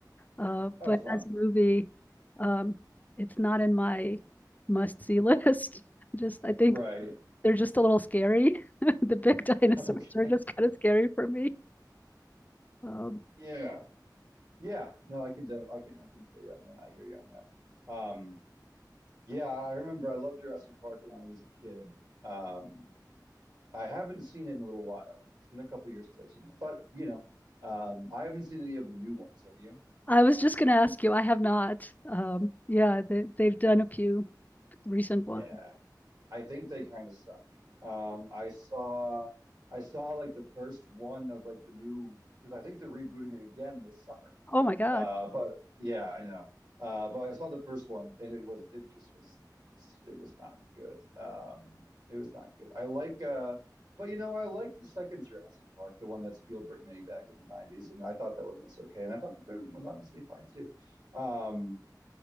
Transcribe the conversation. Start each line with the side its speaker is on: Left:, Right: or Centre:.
Left: Uh,
Right: Oh,
Left: but
Right: fun.
Left: as a movie, um, it's not in my must-see list. <laughs> Just I think
Right: Right.
Left: they're just a little scary. <laughs> The big dinosaurs
Right: <laughs> Okay.
Left: are just kind of scary for me. Um,
Right: Yeah. Yeah, no, I could, def- I can, I can feel you on that. I hear you on that. Um, yeah, I remember I loved Jurassic Park when I was a kid. Um, I haven't seen it in a little while. It's been a couple years since I've seen it, but you know, um, I haven't seen any of the new ones. Have you?
Left: I was just going to ask you. I have not. Um, yeah, they, they've done a few recent
Right: Yeah.
Left: ones.
Right: I think they kind of suck. Um, I saw I saw like the first one of like the new because I think they're rebooting it again this summer.
Left: Oh my God.
Right: Uh, but yeah, I know. Uh, but I saw the first one and it was it just was it was not good. Um, it was not good. I like uh, but you know I like the second Jurassic Park, the one that Spielberg made back in the '90s, and I thought that one was okay, and I thought the third one was honestly fine too. Um,